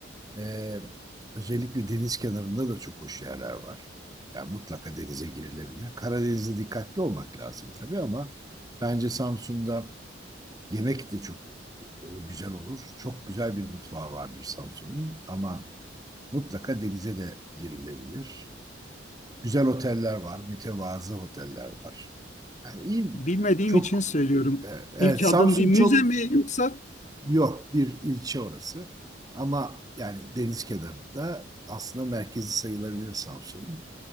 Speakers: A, on the right; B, on the left.
A: e, özellikle deniz kenarında da çok hoş yerler var. Yani mutlaka denize girilebilir. Karadeniz'de dikkatli olmak lazım tabii ama bence Samsun'da yemek de çok e, güzel olur. Çok güzel bir mutfağı vardır Samsun'un ama mutlaka denize de girilebilir. Güzel oteller var, mütevazı oteller var. Yani iyi,
B: Bilmediğim
A: çok,
B: için söylüyorum.
A: e, evet
B: İlk adım
A: Samsun
B: bir müze
A: çok
B: mi yoksa
A: yok bir ilçe orası. Ama yani deniz kenarında aslında merkezi sayılabilir Samsun'un.